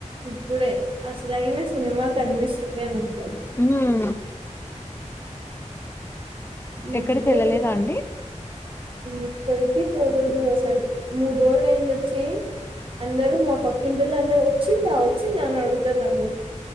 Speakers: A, on the right; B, on the left.
A: ఇప్పుడే అసలైన సినిమా కనిపిస్తుంది అని అంటరు
B: ఉమ్
A: ఏందో
B: ఎక్కడికి వెళ్ళలేదా
A: ఇదంతా
B: అండి
A: అక్కడికి పోలేరు అసలు మూడు రోజులు అయింది వచ్చి అందరు మొం పక్కింటోళ్ళు అందరు వచ్చిందా వచ్చింద అని అడుగుతానారు